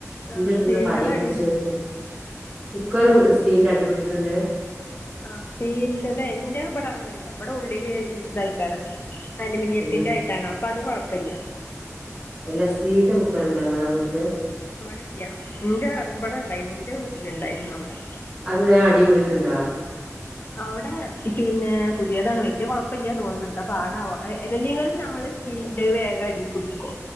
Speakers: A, on the right (about 20°); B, on the left (about 40°).
A: ഇന്റെട്ത്ത്ള്ളൊകടീ
B: ആഹ് സ്റ്റീലിന്റത്
A: പിടിച്ച്ങ്ങാട്ട്
B: അടി പിടി
A: കുക്കറ് സ്റ്റീൽന്റെ അടീപിടിക്ക്ണ്ട്
B: ആ സ്റ്റീൽൻ്റെത് ഇൻ്റെ ബടങ്ങനെല്ല ബടെ ഉള്ളില് ഇതായിട്ടാണ് അലുമിനിയത്തിന്റായിട്ടാണ്
A: എങ്ങനെ
B: അപ്പൊ അത് കൊഴപ്പല്ല
A: എല്ലാ സ്റ്റീൽന്റെ കുക്കറ്ണ്ടൊ ഇങ്ങളെ വീട്ടില്
B: ഇവിടെ ഇല്ല ഇന്റെ ഇബടെണ്ടായിന്നു ഇന്റെ വീട്ടില്ണ്ടായിരുന്നു അവടെ
A: അത് വേം അടീപിടിക്ക്ണ്ടാ
B: അവിടെ പിന്നെ പുതിയേതാണ് വെയല്ല്യ കൊഴപ്പല്ല്യാ തോന്ന്ണ് എന്താ പാടാവോ എല്ലെങ്കിലും ഞമ്മള് സ്റ്റീൽൻ്റെ വേഗടീപിടികോ